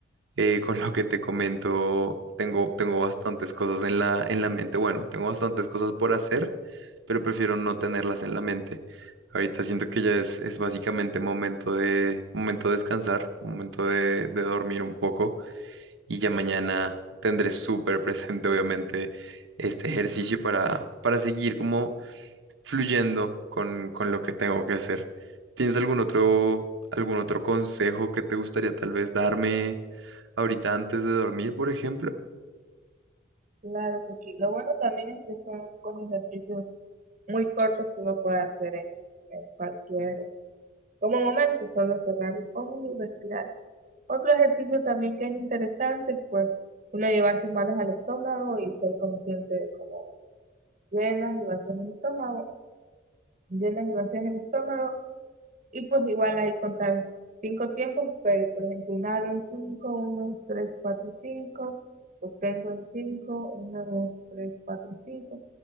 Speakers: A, on the right; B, on the right.
A: eh, con lo que te comento, tengo, tengo bastantes cosas en la, en la mente. Bueno, tengo bastantes cosas por hacer pero prefiero no tenerlas en la mente. Ahorita siento que ya es, es básicamente momento de, momento de descansar, momento de, de dormir un poco y ya mañana tendré súper <laughs> presente, obviamente, este ejercicio para, para seguir como fluyendo con, con lo que tengo que hacer. ¿Tienes algún otro, algún otro consejo que te gustaría tal vez darme ahorita antes de dormir, por ejemplo?
B: claro que sí. Lo bueno también es que son con ejercicios muy cortos que uno puede hacer en, en cualquier, como momento, solo cerrar los ojos y respirar. Otro ejercicio también que es interesante es pues uno llevar sus manos al estómago y ser consciente de cómo llenas y vacías el estómago, llenas y vacías el estómago Y pues igual hay que contar cinco tiempos, pero por ejemplo, inhalo en cinco, uno, dos, tres, cuatro, cinco, sostengo en cinco, uno, dos, tres, cuatro, cinco,